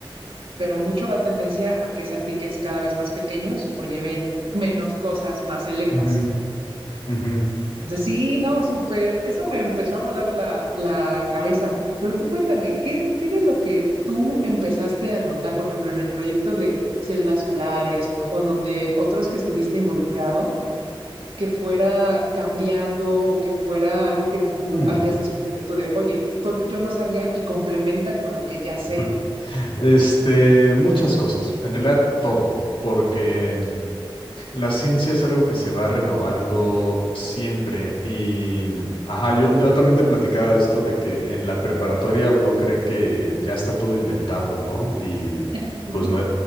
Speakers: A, on the right (about 75°); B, on the left (about 70°).
A: pero mucho va tendencia a que sean tickets cada vez más pequeños o lleven menos cosas más selectas.
B: Ujú, ujú, ujú.
A: Entonces, sí, no, súper. Eso me empezó a volar la, la
B: Sí.
A: cabeza. Pero tú cuéntame, ¿qué, qué de lo que tú empezaste a notar, por ejemplo, en el proyecto de celdas solares o donde otros que estuviste involucrado, que fuera cambiando o que fuera algo que tú
B: Mm.
A: hayas descubierto de, oye, esto yo no sabía y complementa con lo que ya sé?
B: <laughs> Este, muchas cosas, en realidad todo, porque mm, la ciencia es algo que se va renovando siempre y, mm, ajá, yo, yo también te platicaba esto de que en la preparatoria uno cree que ya está todo inventado, ¿no? Y
A: <laughs>
B: pues no,